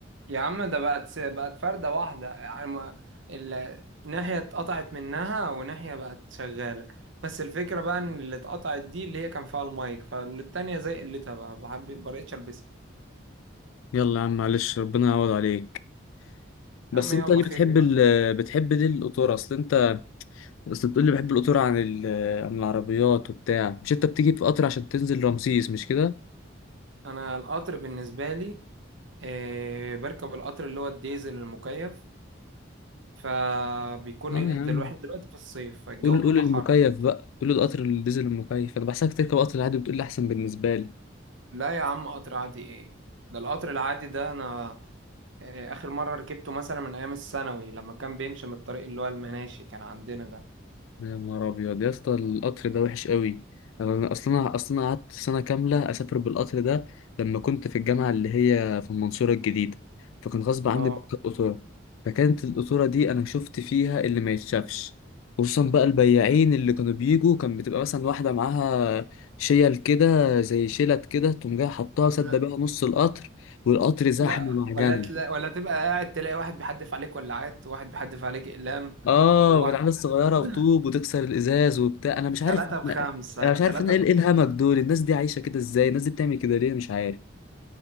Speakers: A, on the right; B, on the left.
A: يا عم ده بقت بقت فرده واحده يعني ما- ال- ناحيه اتقطعت منها وناحيه بقت شغاله بس الفكره بقى ان اللي اتقطعت دي اللي هي كان فيها المايك فالتانيه زي قلتها بقى بحب- ما بقتش البسها
B: يلا يا عم معلش ربنا يعوض عليك بس
A: يا عم
B: انت
A: يلا
B: ليه
A: خير
B: بتحب
A: بقى
B: ال بتحب ليه القطور اصل انت اصل بتقول لي بحب القطور عن ال عن العربيات وبتاع مش انت بتيجي في قطر عشان تنزل رمسيس مش كده
A: انا القطر بالنسبه لي آه، بركب القطر اللي هو الديزل المكيف فبيكون
B: اه يا عم
A: دلوقتي احنا دلوقتي في الصيف فالجو
B: قول
A: بيبقى
B: قول المكيف
A: حر
B: بقى قول القطر الديزل المكيف انا بحسك تركب قطر العادي بتقول لي احسن بالنسبه لي
A: لا يا عم قطر عادي ايه ده القطر العادي ده انا آه، اخر مرة ركبته مثلا من ايام الثانوي لما كان بيمشي من الطريق اللي هو المناشي كان عندنا ده
B: يا نهار ابيض يا اسطى القطر ده وحش قوي انا أنا اصلا اصلا قعدت سنه كامله اسافر بالقطر ده لما كنت في الجامعه اللي هي في المنصوره الجديده فكان غصب عني
A: اه
B: بركب قطوره فكانت القطوره دي انا شفت فيها اللي ما يتشافش خصوصا بقى البياعين اللي كانوا بيجوا كان بتبقى مثلا واحده معاها شيل كده زي شيلت كده تقوم جايه حطها سد
A: لا
B: بيها نص القطر والقطر زحمه
A: لا
B: معجنه
A: ولا تلا ولا تبقى قاعد تلاقي واحد بيحدف عليك ولاعات وواحد بيحدف عليك اقلام
B: اه
A: وواحد
B: والعيال الصغيره
A: <laughs>
B: وطوب وتكسر الازاز وبتاع انا مش عارف
A: ثلاثة بخمسة
B: انا
A: ثلاثة
B: مش عارف انا ايه
A: بخمسة
B: إيه الهمج دول الناس دي عايشه كده ازاي الناس دي بتعمل كده ليه مش عارف